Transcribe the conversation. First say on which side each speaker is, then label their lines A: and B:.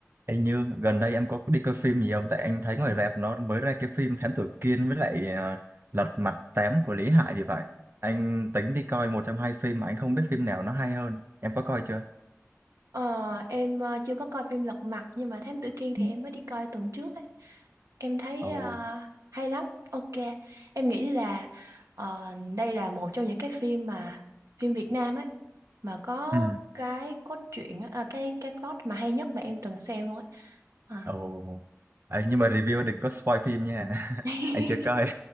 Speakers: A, on the right (about 45°); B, on the right (about 85°).
A: Anh Như, gần đây em có đi coi phim gì không? Tại anh thấy ngoài rạp nó mới ra cái phim Thám Tử Kiên với lại à, Lật Mặt Tám của Lý Hải thì phải. Anh tính đi coi một trong hai phim mà anh không biết phim nào nó hay hơn. Em có coi chưa?
B: Ờ, em ờ, chưa có coi phim Lật Mặt nhưng mà Thám Tử Kiên thì
A: Ừ.
B: em mới đi coi tuần trước ấy. Em thấy
A: Ồ.
B: ờ, hay lắm. Ok. Em nghĩ là ờ, đây là một trong những cái phim mà phim Việt Nam ấy mà có
A: Ừ.
B: cái cốt truyện á, à, cái cái plot mà hay nhất mà em từng xem luôn ấy. À.
A: Ồ. Ấy, nhưng mà review đừng có spoil phim nha. <laughs>
B: <laughs>
A: Anh chưa coi.